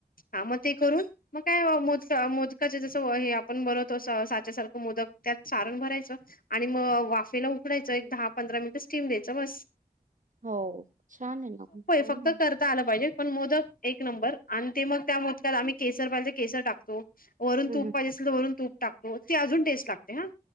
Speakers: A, on the left; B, on the right.
A: हा मग ते करून मग काय मोज- मोदकाचे जसं हे वय आपण बनवतो साच्यासारखं मोदक, त्यात सारण भरायचं- आणि मग वाफेला उकडायचं, एक दहा, पंधरा मिनिटं स्टीम द्यायचं बास.
B: हो, छान आहे ना, छान
A: फक्त
B: आहे.
A: करता आलं पाहिजे, पण मोदक एक नंबर आणि ते मग त्या मोदकात आम्ही केसर पाहिजे, केसर टाकतो. वरून
B: हं,
A: तूप
B: हं.
A: पाहिजेल तर वरून तूप टाकतो ती अजून टेस्ट लागते हा.